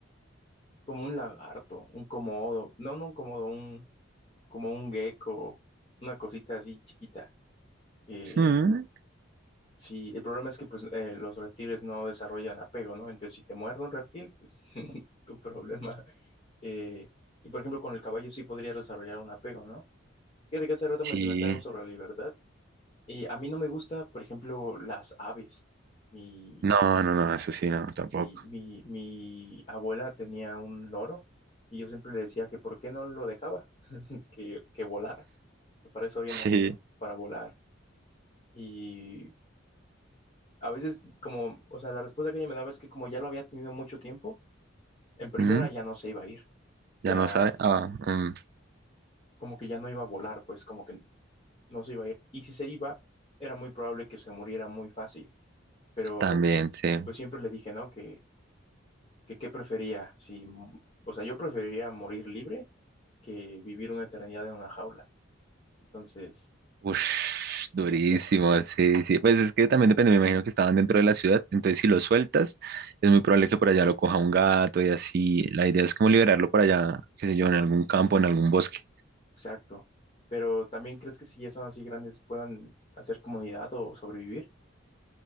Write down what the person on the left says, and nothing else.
como un lagarto, un comodo, no, no un comodo, un, como un gecko, una cosita así chiquita. Eh,
sí, el problema es que pues eh, los reptiles no desarrollan apego, ¿no? Entonces, si te muerde un reptil, pues <laughs> tu problema. Eh, y por ejemplo, con el caballo sí podría desarrollar un apego, ¿no? Fíjate que hace rato
mencionaste algo sobre la libertad. Y a mí no me gusta, por ejemplo, las aves. Mi,
Sí, mi, mi abuela tenía un loro y yo siempre le decía que por qué no lo dejaba, que, que volara, que para eso había
nacido,
para volar. Y a veces como, o sea, la respuesta que ella me daba es que como ya lo había tenido mucho tiempo, en primera
ya no se iba a ir, ya
como que ya no iba a volar, pues como que no se iba a ir. Y si se iba, era muy probable que se muriera muy fácil, pero
pues siempre le dije, ¿no? Que, que qué prefería, si, o sea, yo preferiría morir libre que vivir una eternidad en una jaula. Entonces,
no sé,
exacto. Pero también crees que si ya son así grandes puedan hacer comunidad o sobrevivir,